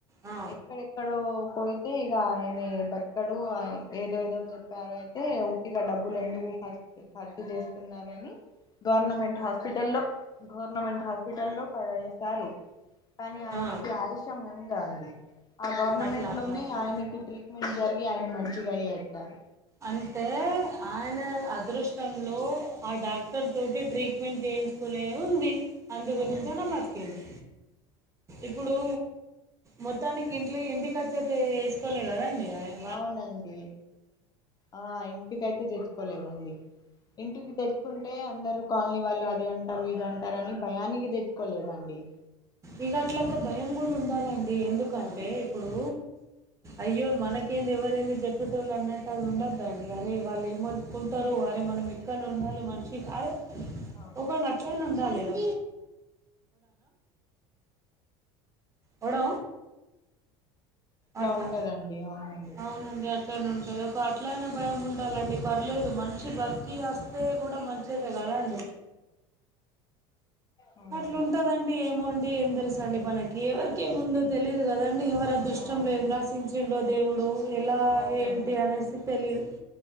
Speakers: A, on the right; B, on the left.
A: ఆ
B: ఇక్కడెక్కడో పోయితే ఇక ఆయన బతక్కదు అయి ఏదో ఏదో చెప్ చెప్పారు అయితే ఉతిగా డబ్బులు ఎందుకు ఖర్చఖర్చు చేస్తున్నారని గవర్నమెంట్ హాస్పిటల్లో గవర్నమెంట్ హాస్పిటల్లో పడేశారు కానీ ఆయనకి
A: ఆ,
B: ఆయుషం ఉందా అండి ఆ గవర్నమెంట్
A: అట్లా అట్లా
B: లోనే
A: అట్లా
B: ఆయనకి ట్రీ మేలు జరిగి ఆయన మంచిగా అయ్యాసారు
A: అంటే ఆయన అదృష్టంలో ఆ డాక్టర్ తోటి ట్రీట్ మెంట్ చేయించుకునే ఉంది అందు గురించి
B: ఉమ్,
A: అనా బతికేండు ఇప్పుడు మొత్తానికి ఇంటి ఇంటి ఖర్చు అయితే వేసుకోలే కదండి అయన
B: అవునండి ఆ ఇంటికితే తెచ్చుకోలేదండి ఇంటికి తెప్పుటుకుంటే అందరు కాలనీ వాళ్ళు అదే అంటా రు ఇద అంటార అని భయానికి తెచ్చుకోలేదండి
A: ఇక అట్లా ఒక భయం కూడా ఉండాలండి ఎందుకంటే
B: ఉండాలి
A: ఇప్పుడు అయ్యో మనకి ఎవరెన్ని జెప్పిన టోళ్లు ఉండొద్దా అరె వాళ్ళు ఏమి అనుకుంటారు అరె మరి క్కను ఉండాలి మనిషి ఆరే
B: అవున్
A: ఒకళ్లు అట్లనా ఉండాలి ఇగా వడ అట్లా
B: ఉంటదండి అవునండి
A: అవునండి అట్లా అట్లనే ఉంటుంది ఒక అట్లయినా భయం ఉండాలండి పర్లేదు మనిషి బతికి వస్తే కూడా మంచిదే కదాండి
B: అవునండి
A: అట్లా ఉంటదండి ఏమోండి ఏం తెలీసుఅండి మనకి ఎవరికేముందో తెలియదు కదండి ఎవర అదృష్టం
B: అవును
A: ఏమిరాసించిండో దేవుడు ఎలా
B: అవునండి
A: ఏంటి అనేసి తెలియదు